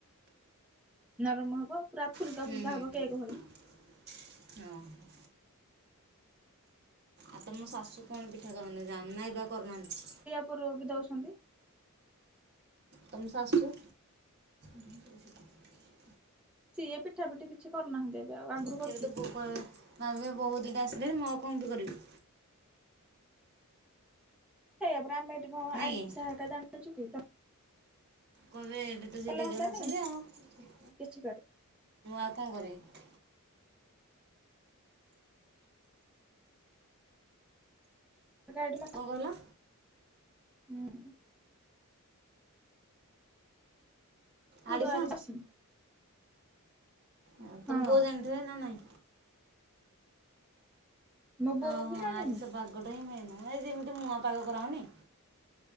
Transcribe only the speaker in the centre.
ନରମ ହବ। ପୁରା ଫୁଲକା
ଫୁଲକା ହବ କେକ୍
ଭଳି
ଉପରକୁ ଦଉଛନ୍ତି।
ସିଏ ପିଠା ପିଠି କିଛି କରୁନାହାନ୍ତି। ଏବେ ଆଉ ଆଗରୁ
କରୁଥିଲେ
ହେଇଆାପରା ଆମେ ଏଠି କଣ
ଆରିସା
କା ଜାଣିଛୁ କି ତ
କଲେ
ହନ୍ତାନି
କିଛି କରି
<inaudible>
ହୁଁ
ପୋଡ଼ ଆରିସା ଆସେନି।
ହଁ
ମୋ ବୋଉ
ବି ଜାଣିନି